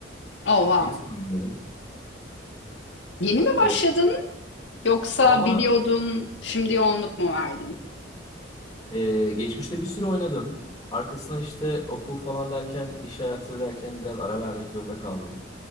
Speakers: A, on the left; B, on the left.
A: Oh wow.
B: Tenis oynuyorum.
A: Yeni mi başladın
B: E,
A: yoksa
B: valla
A: biliyordun şimdi yoğunluk mu verdin?
B: e, geçmişte bir süre oynadım. Arkasına işte okul falan derken, iş hayatı derken biraz ara vermek zorunda kaldım.